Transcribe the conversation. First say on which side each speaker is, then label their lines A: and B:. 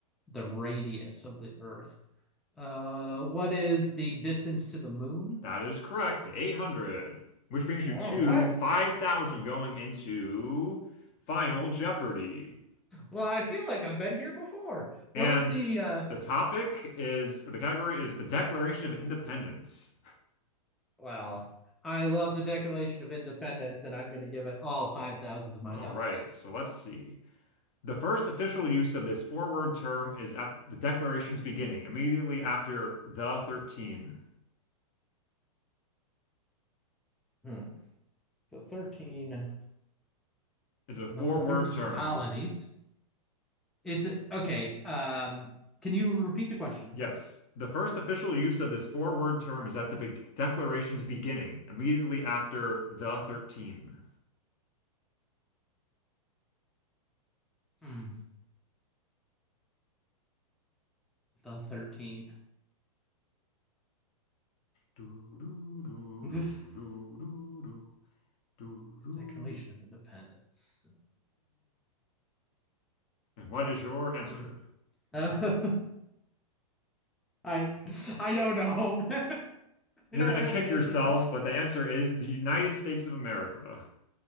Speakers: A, in the centre; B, on the left.
A: the radius of the earth. Uh, what is the distance to the moon?
B: That is correct. 800, which brings you
A: All
B: to
A: right.
B: 5,000 going into Final Jeopardy.
A: Well, I feel like I've been here before.
B: And
A: What's the uh
B: the topic is, or the category is the Declaration of Independence.
A: well, I love the Declaration of Independence and I'm going to give it all 5 thousands of my
B: All
A: dollars.
B: right, so let's see. The first official use of this four-word term is at the Declaration's beginning, immediately after the 13.
A: Hmm. The 13.
B: It's a four-word
A: Well, the 13
B: term.
A: colonies. It's okay. Um can you repeat the question
B: Yes.
A: for me?
B: The first official use of this four-word term is at the be Declaration's beginning, immediately after the 13.
A: Hmm, the 13.
B: Do, do, do,
A: <laughs>
B: do, do, do, do.
A: Declaration
B: And
A: of Independence.
B: what is your answer?
A: Hmm. Uh, <laughs> I I don't know. <laughs> I
B: You're
A: don't
B: gonna
A: have
B: kick
A: an answer.
B: yourself, but the answer is the United States of America.